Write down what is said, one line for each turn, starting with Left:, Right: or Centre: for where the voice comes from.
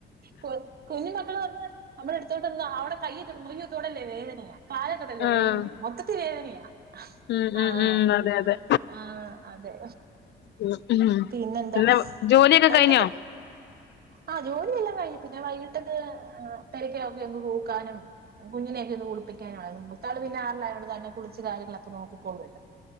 Right: കൊ കുഞ്ഞു മക്കൾ വന്ന് നമ്മുടെ അടുത്തോട്ട്ന്ന് അവിടെ കയ മൊയ്യത്തോടല്ലേ വേദനയാണ് കാലേൽ തൊടല്ലേ
Left: ആഹ്
Right: വേദനയാ മൊത്തത്തിൽ വേദനയാ
Left: ഉം ഉം
Right: ആഹ്
Left: ഉം അതെ അതെ
Right: ആഹ് അതെ
Left: ഉം
Right: പിന്നെന്താ
Left: പിന്നെ ജോലിയൊക്കെ
Right: വൈകിട്ടത്
Left: കഴിഞ്ഞോ
Right: ആഹ് ജോലിയെല്ലാം കഴിഞ് പിന്നെ വൈകിട്ടന്ന് തിരക്കക്കെ എങ്ങ് തൂക്കാനും കുഞ്ഞിനെയ ഒക്കെ ഒന്ന് കുളിപ്പിക്കാന മൂത്താള് പിന്നെ ആറിലായോ തന്നെ കുളിച്ച് കാര്യങ്ങളൊക്കെ നോക്കിക്കോള്ളൂല്ലോ